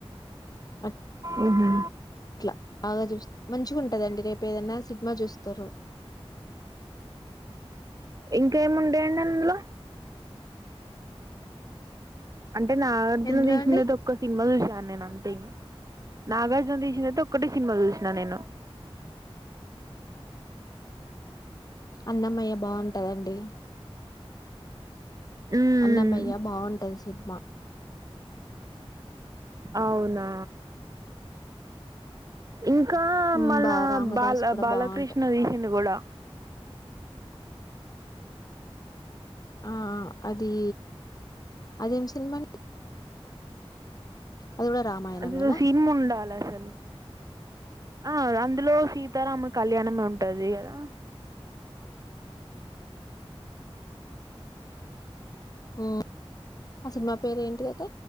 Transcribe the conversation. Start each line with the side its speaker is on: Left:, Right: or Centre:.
Left: అ
Right: ఉహ
Left: ఇట్లా బాగా చూ మంచిగా ఉంటదండి రేపు ఏదనా సినిమా చూస్తారు
Right: ఇంకేమి ఉండేయండి అందులో అంటే నాగార్జున
Left: ఎందులో
Right: చేసినది
Left: అండి
Right: ఒక్క సినిమా చూశాను నేను అంతే ఇం నాగార్జున తీసినయితే ఒక్కటే సినిమా చూసినా నేను
Left: అన్నమ్మయ్య బావుంటుదండి
Right: మ్మ్
Left: అన్నమ్మయ్యా బాగుంటుంది సినిమా
Right: అవునా ఇంకా
Left: ఉమ్
Right: మళ్ళా
Left: బా రామదాసు
Right: బాల
Left: కూడా
Right: బాలకృష్ణ
Left: బాగుంటది
Right: తీసింది కూడా
Left: ఆ అది అదేం సినిమా అండి అది కూడా రామాయణమేనా
Right: అది సినిన్ ఉండాల అసలు ఆ రా ల్లో సీతారాముల కళ్యాణం నం ఉంటది కదా
Left: హు అసలు మా పేరు ఏంటిదాట